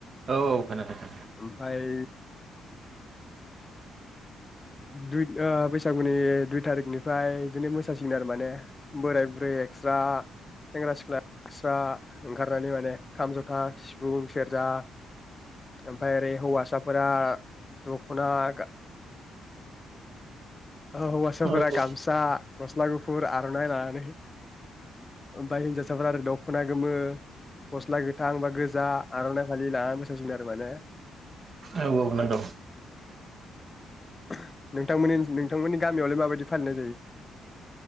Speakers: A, on the right (about 50°); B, on the left (about 20°).
A: औ खोनादों खोनादों
B: ओमफ्राय दुइ बैसागुनि दुइ थारिखनिफ्राय बिदिनो मोसासिगोन आरो माने। बोराय-बुरै एक्स्रा सेंग्रा-सिख्ला एक्स्रा ओंखारनानै माने। खाम जथा सिफुं सेरजा ओमफ्राय ओरै हौवासा फोरा दख'ना गा अ हौवासाफोरा
A: औ औ
B: गामसा, गस्ला गुफुर आ र'नाय लानानै ओमफ्राय हिन्जावसाफोरा आरो दख'ना गोमो गस्ला गोथां बा गोजा आर'नाइ फालि लाना मोसासिगोन आरो माने
A: औ औ नांगौ।
B: <unintelligible> नोंथां नोंथांमोननि गामियावलाय माबायदि फालिनाय जायो?